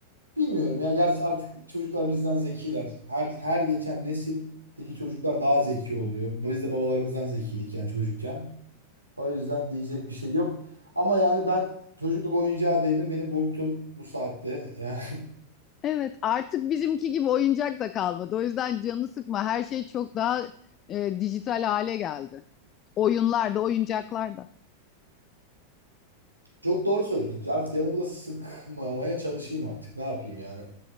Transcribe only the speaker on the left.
Evet, artık bizimki gibi oyuncak da kalmadı. O yüzden canını sıkma. Her şey çok daha e, dijital hale geldi. Oyunlar da, oyuncaklar da.